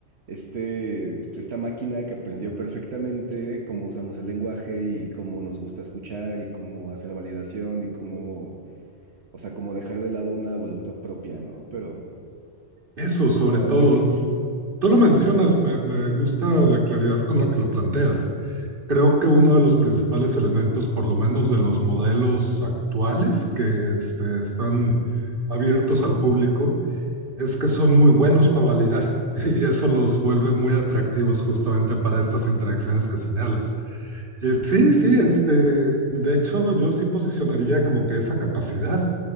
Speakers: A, on the right; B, on the right.
A: este, esta máquina que aprendió perfectamente cómo usamos el lenguaje y cómo nos gusta escuchar y cómo hacer validación y cómo, o sea, como dejar de lado una voluntad propia, ¿no? Pero
B: Eso,
A: es
B: sobre
A: un tema
B: todo,
A: muy deep.
B: tú lo mencionas, me, me gusta la claridad con la que lo planteas. Creo que uno de los principales elementos, por lo menos de los modelos actuales que este, están abiertos al público, es que son muy buenos para validar <laughs> y eso los vuelve muy atractivos justamente para estas interacciones que señalas. Y sí, sí, este, de hecho yo sí posicionaría como que esa capacidad